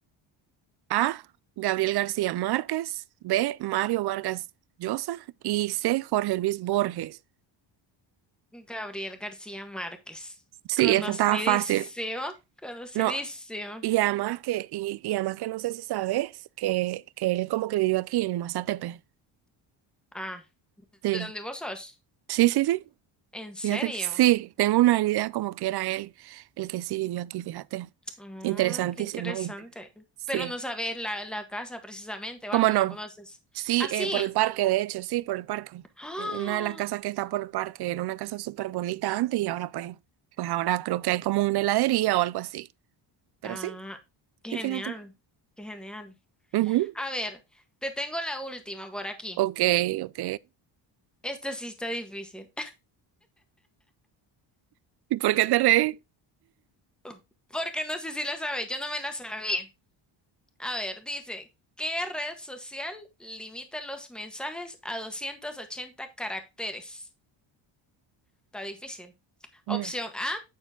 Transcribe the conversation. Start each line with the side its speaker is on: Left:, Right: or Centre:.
Right: A. Gabriel García Márquez. B. Mario Vargas Llosa. Y C. Jorge Luis Borges.
Centre: Gabriel García Márquez.
Right: Sí,
Centre: Conocidísimo,
Right: esta estaba fácil.
Centre: conocidísimo.
Right: No. Y además que, y, y además que no sé si sabes que, que él como que vivió aquí en Mazatepe.
Centre: Ah,
Right: Sí.
Centre: ¿de dónde vos sos?
Right: Sí, sí, sí.
Centre: ¿En serio?
Right: Fíjate que sí, tengo una idea como que era él el que sí vivió aquí, fíjate.
Centre: Ah,
Right: Interesantísimo,
Centre: qué interesante.
Right: ¿viste? Sí.
Centre: Pero no sabes la, la casa precisamente
Right: ¿Cómo
Centre: o algo,
Right: no?
Centre: no conoces.
Right: Sí,
Centre: Ah, sí.
Right: eh, por el parque, de hecho, sí, por el parque.
Centre: ¡Ah!
Right: Eh, una de las casas que está por el parque era una casa súper bonita antes y ahora pues, pues ahora creo que hay como una heladería o algo así. Pero
Centre: Ah,
Right: sí,
Centre: qué
Right: sí,
Centre: genial,
Right: fíjate.
Centre: qué genial.
Right: Ujú.
Centre: A ver, te tengo la última por aquí.
Right: Ok, ok.
Centre: Esta sí está difícil,
Right: ¿Y por qué te reí?
Centre: <laughs> porque no sé si la sabes, yo no me la sabía. A ver, dice, ¿qué red social limita los mensajes a 280 caracteres? Está difícil. Opción
Right: Mm,
Centre: A,